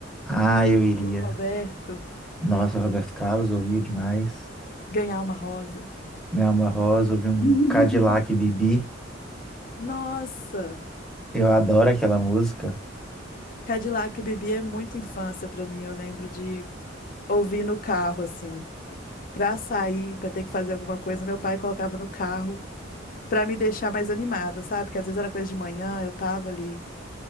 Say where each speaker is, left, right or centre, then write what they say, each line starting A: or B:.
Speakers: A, in the centre; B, on the left.
A: Ah, eu iria.
B: do Roberto
A: Nossa, Roberto Carlos, ouvia demais.
B: ganhar uma rosa.
A: Me Alma Rosa, ouvi um
B: <laughs>
A: Cadillac Bibi.
B: Nossa,
A: Eu adoro aquela música.
B: Cadillac e Bibi é muita infância pra mim. Eu lembro de ouvir no carro assim, pra sair, pra ter que fazer alguma coisa, meu pai colocava no carro pra me deixar mais animada, sabe? Porque às vezes era coisa de manhã, eu tava ali.